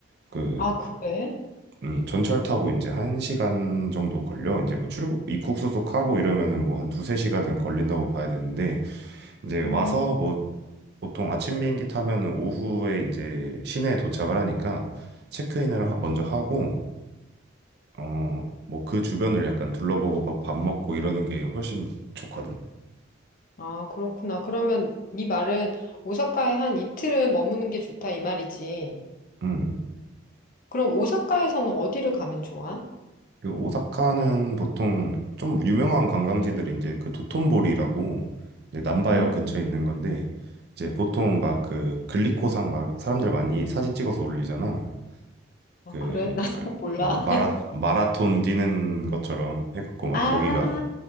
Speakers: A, on the right; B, on the left.
A: 그,
B: 아, 그래?
A: 음, 전철 타고 이제 한 시간 정도 걸려. 이제 뭐 출국, 입국 수속하고 이러면은 뭐 한 두세 시간은 걸린다고 봐야 되는데, 이제 와서
B: 음.
A: 뭐 보통 아침 비행기 타면은 오후에 이제 시내에 도착을 하니까 체크인을 하- 먼저 하고, 어, 뭐 그 주변을 약간 둘러보고 밥, 밥 먹고 이러는 게 훨씬 좋거든.
B: 아, 그렇구나. 그러면 네 말은 오사카에 한 이틀은 머무는 게 좋다 이 말이지.
A: 음.
B: 그럼 오사카에서는 어디를 가면 좋아?
A: 그 오사카는 보통 좀 유명한 관광지들이 이제 그 도톤보리라고 이제 남바역
B: 응.
A: 근처에 있는 건데 이제 보통 막 그 글리코상 막 사람들 많이 사진 찍어서 올리잖아.
B: 아,
A: 그
B: 그래? <laughs> 나
A: 약간
B: 몰라.
A: 막 마라 마라톤 뛰는 것처럼 해갖고 막
B: 아,
A: 거기가